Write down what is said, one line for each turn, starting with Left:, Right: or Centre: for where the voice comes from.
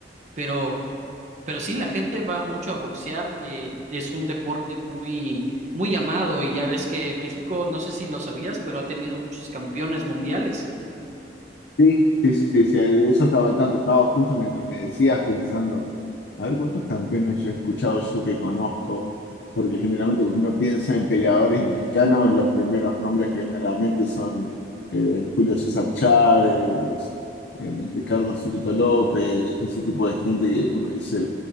Right: pero, pero sí, la gente va mucho a boxear, eh, es un deporte muy, muy amado y ya ves que México, no sé si lo sabías, pero ha tenido muchos campeones mundiales.
Left: Sí, sí, sí, sí, sí, de eso estaba al tanto, estaba justo mientras me decías pensando, a ver cuántos campeones yo he escuchado, yo que conozco, porque generalmente cuando uno piensa en peleadores mexicanos, los primeros nombres que vienen a la mente son eh, Julio César Chávez, eh, Ricardo Finito López, ese tipo de gente que uno dice,